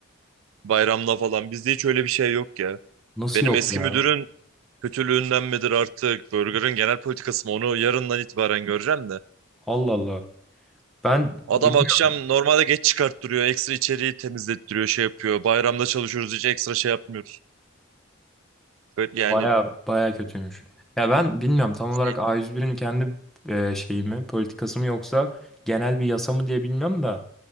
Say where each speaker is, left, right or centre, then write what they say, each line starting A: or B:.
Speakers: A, on the right (about 75°); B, in the centre.
A: Bayramda falan. Bizde hiç öyle bir şey yok ya.
B: Nasıl
A: Benim
B: yok
A: eski
B: ya?
A: müdürün kötülüğünden midir artık? Burger'ın genel politikası mı? Onu yarından itibaren göreceğim de.
B: Allah Allah. Ben
A: Adam
B: bilmiyorum
A: akşam normalde geç çıkarttırıyor. Ekstra içeriği temizlettiriyor, şey yapıyor. Bayramda çalışıyoruz hiç ekstra şey yapmıyor. Böyle yani
B: baya baya kötüymüş. Ya ben bilmiyorum tam olarak
A: şey,
B: A101'in kendi e, şeyi mi, politikası mı yoksa genel bir yasa mı diye bilmiyorum da.